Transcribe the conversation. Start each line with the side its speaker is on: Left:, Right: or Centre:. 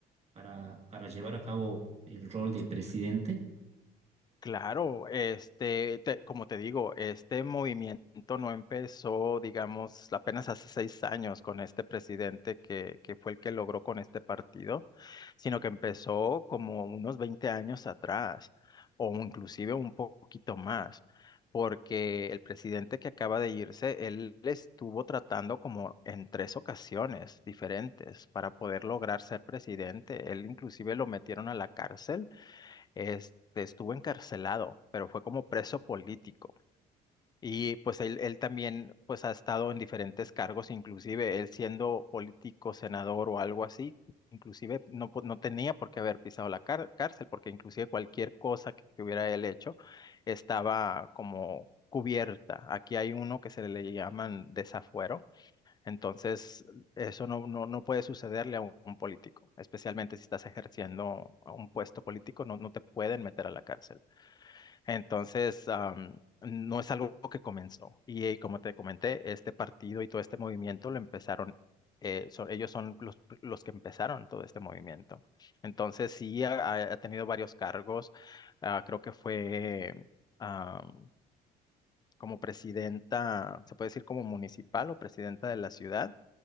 Right: para, para llevar a cabo el rol de presidente?
Left: Claro, este, te- como te digo, este movimiento no empezó, digamos, apenas hace seis años con este presidente que, que fue el que logró con este partido, sino que empezó como unos 20 años atrás, o inclusive un poquito más, porque el presidente que acaba de irse, él estuvo tratando como en tres ocasiones diferentes para poder lograr ser presidente. Él inclusive lo metieron a la cárcel este, estuvo encarcelado, pero fue como preso político. Y pues él, él también pues ha estado en diferentes cargos, inclusive él siendo político, senador o algo así, inclusive no, po- no tenía por qué haber pisado la car- cárcel, porque inclusive cualquier cosa que, que hubiera él hecho estaba como cubierta. Aquí hay uno que se le llaman desafuero entonces, eso no, no, no puede sucederle a un, un político, especialmente si estás ejerciendo a un puesto político, no, no te pueden meter a la cárcel. Entonces, am, no es algo que comenzó. Y, eh, como te comenté, este partido y todo este movimiento lo empezaron, eh, son- ellos son los, pr- los que empezaron todo este movimiento. Entonces, sí, ha, ha- ha tenido varios cargos. Ah, creo que fue... am, como presidenta, se puede decir como municipal o presidenta de la ciudad,